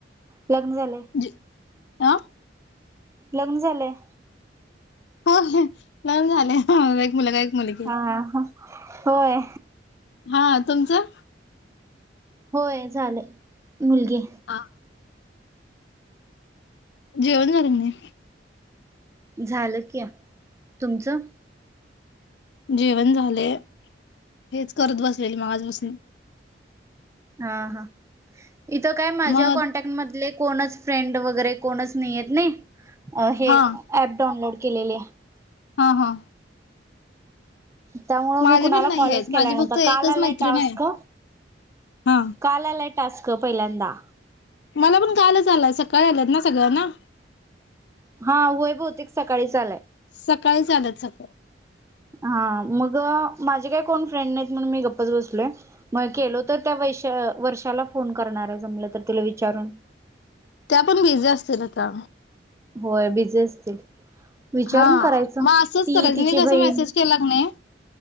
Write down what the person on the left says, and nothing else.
जे अ
<unintelligible> लग्न झालय मला एक मुलगा एक मुलगी...
हा तुमचं?
हा जेवण झालं काय नाही?
जेवण झालय हेच करत बसलेलो मगाज पासून.
मग
हा
हा हा
माझे
पण नाही
आहेत
माझी
फक्त एकच
मैत्रिण
आहे हा
मला पण कालच आलाय सकाळी आल्यात ना सगळ्यांना?
सकाळीच आल्यात <unintelligible>
त्या पण बिझी असतील आता.
हा
मग असंच करायचं
मी
कसं मेसेज केला की नाही